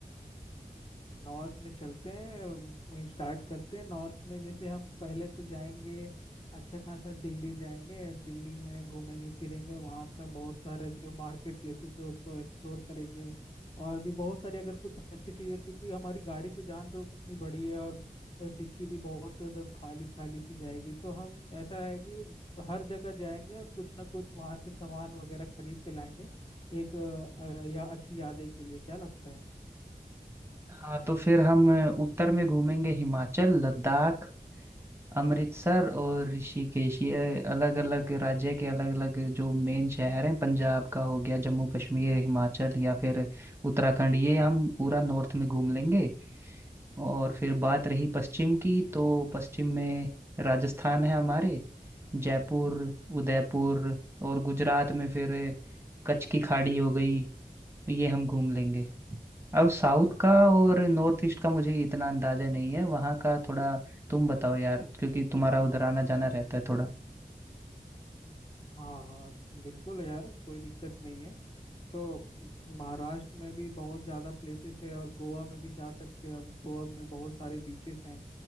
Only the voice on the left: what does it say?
नॉर्थ में चलते हैं स्टार्ट करते हैं नॉर्थ में जैसे हम पहले तो जाएंगे अच्छा खासा दिल्ली जाएंगे दिल्ली में घूमेंगे फिरेंगे वहाँ का बहुत सारे जो मार्केट प्लेसेस है उसको एक्सप्लोर करेंगे और भी बहुत सारे अगर कुछ अच्छी चीज़ें क्योंकि हमारी गाड़ी तो जान रहे हो कितनी बड़ी है और डिक्की भी बहुत एकदम खाली खाली सी जाएगी तो हम ऐसा है कि हर जगह जाएंगे और कुछ ना कुछ वहाँ से सामान वगैरह खरीद के लाएंगे एक अ, अ, या अच्छी यादें के लिए क्या लगता है
हाँ हाँ बिल्कुल यार कोई दिक्कत नहीं है तो महाराष्ट्र में भी बहुत ज़्यादा प्लेसेस है और गोवा में भी जा सकते हैं हम गोवा में बहुत सारे बीचेस हैं